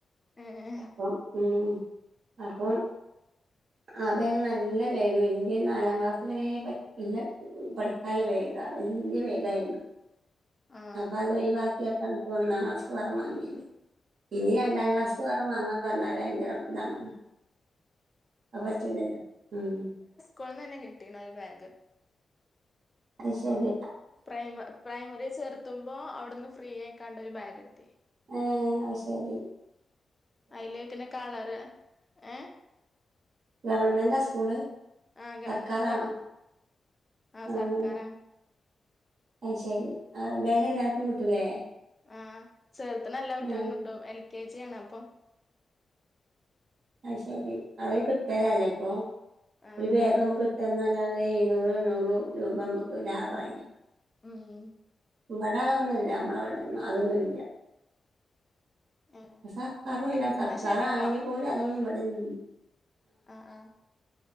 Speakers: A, on the left; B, on the right.
A: ഏഹ്
B: അപ്പം ഉം അപ്പം ആ ബേഗ് നല്ല ബേഗ് വല്യ നാലാം ക്ലാസ് വരെ പറ്റിയ പഠിക്കാൻല ബേഗ വല്യ ബേഗായിരുന്നു
A: ആഹ്
B: അപ്പൊ അത് ഒഴിവാക്കിയാട്ട് ഒന്നാം ക്ലാസ്ക്ക് വ വാങ്ങിയത് ഇനി രണ്ടാം
A: ഏഹ്
B: ക്ലാസ്ക്ക് വേറെ മാങ്ങാ പറഞ്ഞാല് ഭയങ്കരം ഇതാണ് അഹ് പറ്റൂലല്ലോ ഉം
A: കൂള്ന്നെന്നെ കിട്ടീണ് ഒരു ബേഗ്
B: അയ് ശെരി
A: പ്രൈമ പ്രൈമറി ചേർത്തുമ്പോ അവിടുന്ന് ഫ്രീ ആയിക്കാണ്ടൊരു ബാഗ് കിട്ടി
B: ഏഹ് അയ് ശെരി
A: അയിലേറ്റെന്നെ കളറ് ഏഹ്
B: ഗവൺമെന്റാ സ്കൂള്?
A: ആ ഗവൺമെന്റ്
B: സർക്കാറാണോ
A: ആണ് ആ
B: എഹ്
A: സർക്കാരാണ്
B: അയ് ശരി ആ ബേഗ് എല്ലാർക്കും കിട്ടൂലേ
A: ആഹ് ചേർത്തണ എല്ല കുട്ട്യക്കും
B: ആഹ്
A: കിട്ടും എൽ കെ ജി ആണ് അപ്പം
B: അയ് ശെരി അവര് കിട്ടലല്ലേപ്പൊ
A: ആ
B: ഒരു ബേഗ് നമ്മക്ക് എന്നല്ലാതെ എഴുന്നൂറ് എണ്ണൂറ് രൂപ നമ്മക്ക് ലാഭായി
A: ആഹ്
B: ഇവിട അതൊന്നും ഇല്ല നമ്മളെ ഇവിടൊന്നും അതൊന്നു ഇല്ല
A: ഏ
B: ഇപ്പം സർക്കാറു അല്ല സർക്കാറാണെങ്കി
A: എന്നാ ശരിട്ടോ
B: പോലും അതൊന്നും ഇവിടന്നും ഇ
A: ആഹ്